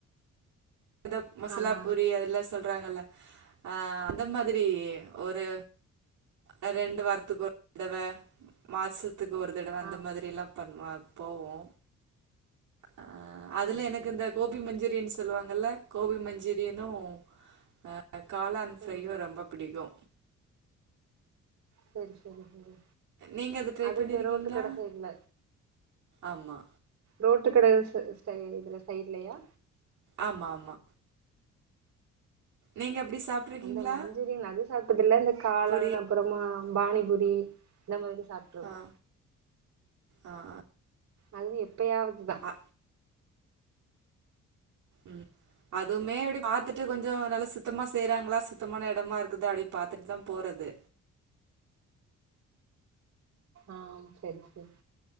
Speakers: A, on the right; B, on the right.
A: அந்த மசாலா
B: ஆமா
A: பூரி அதெல்லா சொல்றாங்கல்ல அ அந்த மாதிரி ஒரு அ ரெண்டு வாரத்துக் ஒரு <inaudible> மாச த்துக்கு ஒரு தடவ அந்த
B: ஆமா ஆ
A: மாதிரில்லா பண்ணுவா போவொ ஆ
B: சேரி
A: அதுல எனக்கு
B: சேரி
A: இந்த கோபி மஞ்சூரியன் சொல்லுவாங் கள்ல கோபி மஞ்சூரியனு அ காளான் ஃப்ரையு
B: ஆ
A: ரொம்ப பிடிக்கு
B: சேரி செரி செரி
A: நீங்க ட்ரை
B: அது
A: பண்ணிருக்கீங்களா
B: இந்த ரோட்டு கட சைட்ல
A: ஆமா
B: ரோட்டு கட ஸ்டை இதுல சைட்லயா
A: ஆமா ஆமா நீங்க அப்டி சாப்ட்ருக்கீங்களா
B: அந்த மஞ்சூரியன் அது சாப்டதில்ல இந்த காளான்
A: பானிபூரி
B: அப்றமா பானிபு ரி‌ இந்த மாதிரி சாப்ட்ருக்கோ
A: ஆ ஆ ஆ
B: அது எப்பயாவதுதா
A: ஆ, ம் அதுவ்மே அப்டி பாத்துட்டு கொஞ்சொ நல்லா சுத்தமா செய்றாங்களா சுத்தமான எடமா இருக்குதா அப்டி பாத்துட்டுதா போறது
B: ஆ செரி செரி